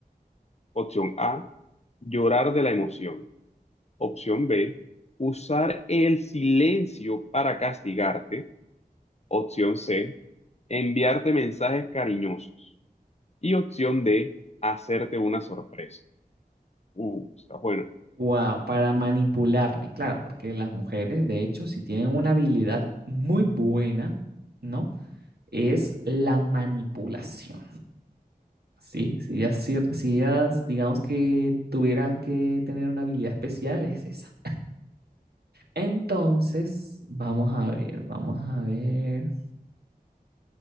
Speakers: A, on the left; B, on the right.
A: Opción A, llorar de la emoción. Opción B, usar el silencio para castigarte. Opción C, enviarte mensajes cariñosos. Y opción D, hacerte una sorpresa. Uh, está buena.
B: Wow, para manipularme, claro, porque las mujeres, de hecho, si tienen una habilidad muy buena, ¿no? es la manipulación, ¿sí? Si ellas, si ellas, digamos que tuvieran que tener una habilidad especial, es esa. Entonces, vamos a ver, vamos a ver.